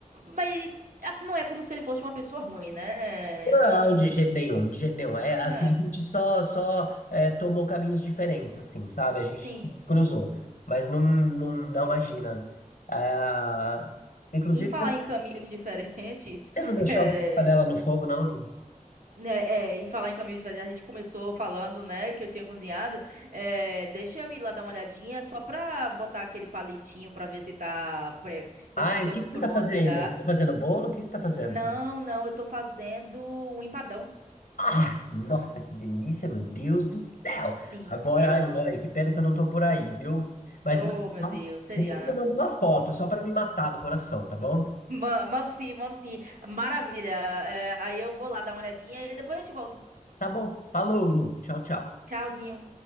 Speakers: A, on the right; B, on the left.
A: Mas a- não é como se ele fosse uma pessoa ruim, né?
B: Não,
A: Então.
B: de jeito nenhum, de jeito nenhum. É
A: É.
B: assim, a gente só só é, tomou caminhos diferentes, assim, sabe? A gente
A: Sim,
B: se cruzou,
A: sim.
B: mas não não, não imagina. Ah, inclusive,
A: Em falar
B: você
A: em caminhos diferentes.
B: você não deixou
A: <laughs>
B: a panela no fogo, não, Linho?
A: Né, é, e falar em caminho de verdade, a gente começou falando, né, que eu tinha cozinhado. É, deixa eu ir lá dar uma olhadinha, só pra botar aquele palitinho pra ver se tá pré-
B: Ai,
A: já ficando
B: o que que
A: pronto
B: você tá fazendo?
A: já.
B: Tá fazendo bolo? O que você tá fazendo?
A: Não, não, eu tô fazendo um empadão.
B: Ah, nossa, que delícia, meu Deus do céu!
A: Sim,
B: Agora,
A: eu
B: ai,
A: amo.
B: ai, que pena que eu não tô por aí, viu? Mas
A: Oh, meu
B: então,
A: Deus, seria,
B: depois eu mando
A: né?
B: uma foto só pra me matar do coração, tá bom?
A: Ma- Mando sim, mando sim. Maravilha. É, aí eu vou lá dar uma olhadinha e depois a gente volta.
B: Tá bom. Falou, Lu. Tchau, tchau.
A: Tchauzinho.